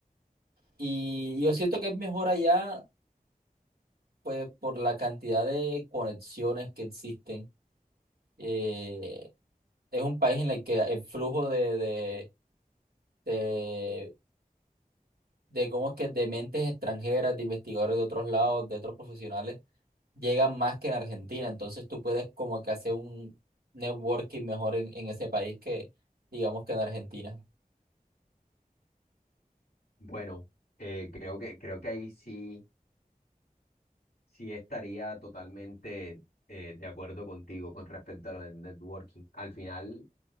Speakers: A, on the right; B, on the left.
A: Y yo siento que es mejor allá pues por la cantidad de conexiones que existen. eh, es un país en el que el flujo de, de, de, de cómo es que de mentes extranjeras, de investigadores de otros lados, de otros profesionales, llegan más que en Argentina. Entonces tú puedes como que hacer un networking mejor en, en ese país que digamos que en Argentina.
B: Bueno, eh, creo que, creo que ahí sí, sí estaría totalmente eh, de acuerdo contigo con respecto a lo del networking. Al final,